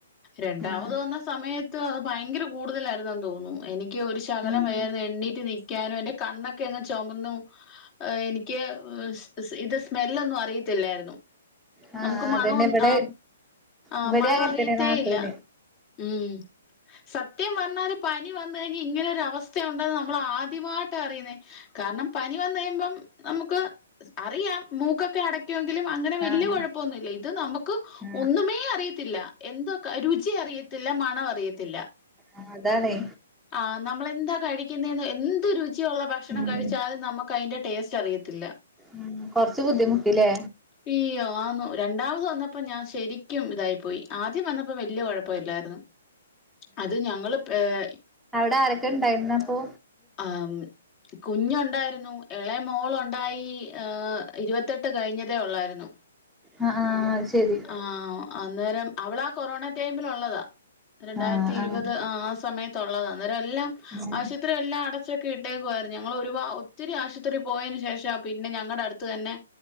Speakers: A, on the left; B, in the centre.
A: രണ്ടാമത്
B: ആഹ്
A: വന്ന സമയത്ത് അത് ഭയങ്കര- കൂടുതലായിരുന്നെന്ന് തോന്നുന്നു. എനിക്ക് ഒരു ശകലം
B: ഉം
A: വയ്യാരുന്നു, എണ്ണീറ്റ് നിക്കാനൊ, എന്റെ കണ്ണൊക്കെയങ്ങ് ചൊമന്നു. ഏ എനിക്ക് സ് ഇത് സ്മെല്ലൊന്നും അറിയത്തില്ലായിരുന്നു.
B: ആഹ്
A: നമുക്ക് മണവൊന്ന്
B: അതന്നെ ഇവിടെ
A: ആഹാ. ആഹ്
B: ഇവിടെ
A: മണവറിയത്തേയില്ല
B: അങ്ങനത്തന്നെ നാത്തൂന്
A: ഉം. സത്യം പറഞ്ഞാല് പനി വന്ന്- കഴിഞാ ഇങ്ങനെ ഒരു അവസ്ഥ. ഥയുണ്ടെന്ന് നമ്മളാദ്യമായിട്ട- അറിയുന്നേ കാരണം പനി വന്ന് കഴിയുമ്പം- നമുക്ക് അറിയാം മൂക്കൊക്കെ അടക്കുവെങ്കിലും അങ്ങനെ വല്ല്യ
B: ആഹ്
A: കൊഴ- പ്പൊന്നുല്ല ഇത് നമുക്ക്
B: ആഹ്
A: ഒന്നുമേ അറിയത്തില്ല. എന്തൊ രുചി അറിയത്തില്ല മണം അറിയത്തില്ല.
B: ആ അതാണേ.
A: ആ നമ്മളെന്താ കഴിക്കുന്നെന്ന്- എന്ത് രുചിയൊള്ള ഭക്ഷണം-
B: ഉം
A: കഴിച്ചാലും നമക്ക് അയിന്റെ ടേസ്റ്റ് അറിയത്തില്ല.
B: മ്മ് കൊറച്ച് ബുദ്ധിമുട്ടില്ലേ.
A: ഇയ്യോ ആന്നു രണ്ടാമത് വന്നപ്പോ- ഞാൻ ശരിക്കും ഇതായി പോയി- ആദ്യം വന്നപ്പോ വല്ല്യ- കൊഴപ്പവില്ലാരുന്നു അത് ഞങ്ങള് പെ ഏ.
B: അവടെ ആരൊക്കെ ഇണ്ടായിന്ന് അപ്പോ.
A: ആ മ്മ് കുഞ്ഞുണ്ടായിരുന്നു ഇളയ മോളൊണ്ടായി ഹേ. ഇരുവത്തെട്ട് കഴിഞ്ഞതേ ഒള്ളായിരുന്നു.
B: അ ആഹ് അത് ശരി.
A: ആഹ അന്നേരം അവളാ, കൊറോണ ടൈമിൽ ഉള്ളതാ. രണ്ടായിരത്തി
B: ആഹ്
A: ഇരുപത്
B: ആഹ്
A: ആ, സമയത്തള്ളത. അന്നേരം എല്ലാം
B: ഉം
A: ആശുപത്രി എല്ലാം അട- ക്കെ ഇട്ടേക്കുവായിരുന്നു ഞങ്ങൾ ഒരു പാ ഒത്തിരി ആശുപത്രി പോയതിനന് ശേഷാ പിന്നെ ഞങ്ങളുടെ അടുത്ത് തന്നെ